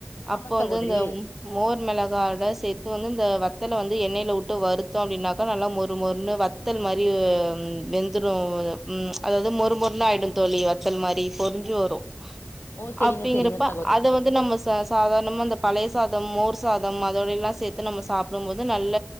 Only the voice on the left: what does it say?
ஆமா
சகோதரி
ஓ செரிங்க
செரிங்க சகோதரி